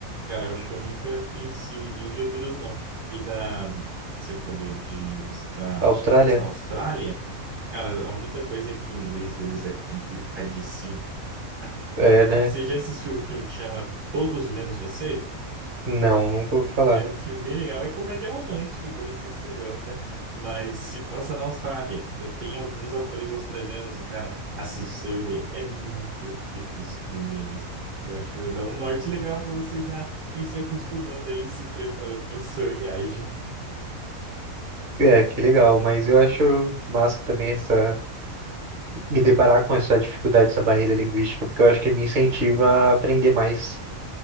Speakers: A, on the right; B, on the right.
A: Cara, eu acho que eu nunca conheci ninguém de Honduras, não. E da, você falou de visitar
B: Austrália?
A: a Austrália. Cara, a única coisa é que o inglês deles é complicadíssimo.
B: É,
A: <laughs>
B: né?
A: Você já assistiu o filme que chama Todos Menos Você?
B: Não, nunca ouvi falar.
A: É um filme bem legal. É comédia romântica, então não sei se você gosta, mas se passa na Austrália. Então tem alguns atores australianos, e, cara, assiste, você vai ver. É muito difícil entender eles. Eu acho que vai dar um norte legal para você já ir se acostumando aí, se preparando para sua viagem.
B: É, que legal, mas eu acho massa também essa, me deparar com essa dificuldade, essa barreira linguística, porque eu acho que me incentiva a aprender mais,